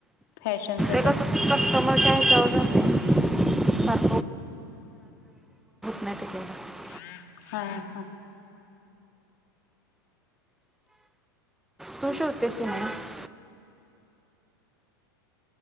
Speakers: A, on the left; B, in the centre.
A: फॅशनच
B: कस्टमरचा हे <inaudible> ब्लाऊज आहे <unintelligible> नाही टिकायला
A: <inaudible> हा हा
B: तू शिवतेस का नाहीस <inaudible>